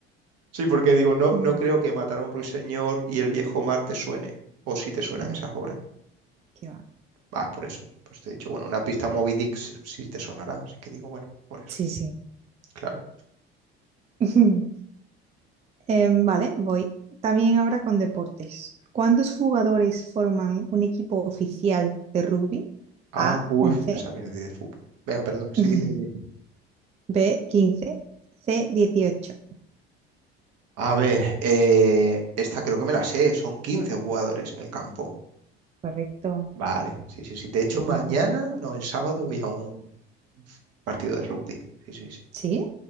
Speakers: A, on the right (about 55°); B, on the right (about 20°).
A: Sí, porque digo, no,
B: Bueno,
A: no creo que matar a un ruiseñor y el viejo mar te suene. O si te suenan
B: no,
A: esas obras.
B: qué va.
A: Va, por eso. Pues te he dicho, bueno, una pista Moby Dick sí sí te sonará. Así que digo, bueno, por eso.
B: Sí, sí.
A: Claro.
B: <laughs> Em, vale, voy. También ahora con deportes. ¿Cuántos jugadores forman un equipo oficial de rugby?
A: Ah,
B: A,
A: uy,
B: once
A: te sabías de fútbol. Venga, perdón. Sí,
B: <laughs>
A: dime, dime.
B: B, quince C, dieciocho
A: A ver, eh, esta creo que me la sé. Son 15 jugadores en el campo.
B: Correcto.
A: Vale, sí, sí, sí. De hecho,
B: Muy
A: mañana,
B: bien, muy bien.
A: no, el sábado voy a un Partido de rugby. Sí, sí, sí.
B: ¿Sí?